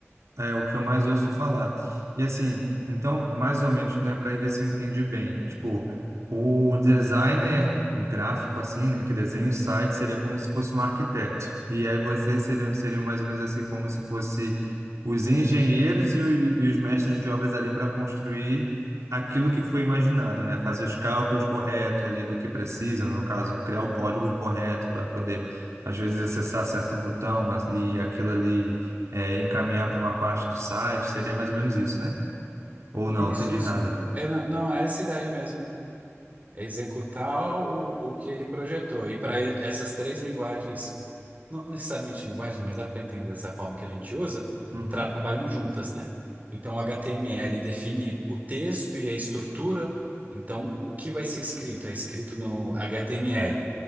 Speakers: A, on the right; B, on the right.
A: É o que eu mais ouço falar. E assim, então, mais ou menos, né, para ver se eu entendi bem. Tipo, o designer gráfico, assim, né, que desenha o site, seria como se fosse um arquiteto. E aí vocês seriam, seriam mais ou menos assim, como se fosse os engenheiros e, o- e os mestres de obras ali para construir aquilo que foi imaginado, né? Fazer os cálculos corretos ali do que precisa, no caso, criar o código correto para poder, às vezes, acessar certo botão a- e aquilo ali é, encaminhar para uma parte do site, seria mais ou menos isso, né? Ou
B: Isso,
A: não, entendi
B: isso.
A: errada.
B: É, não, não, é essa ideia mesmo. É executar o, o que ele projetou. E para essas três linguagens não necessariamente linguagem, mas dá para entender dessa forma que a gente usa,
A: Uhum,
B: trabalham juntas, né? Então, o HTML define o texto e a estrutura. Então, o que vai ser escrito? É escrito no HTML.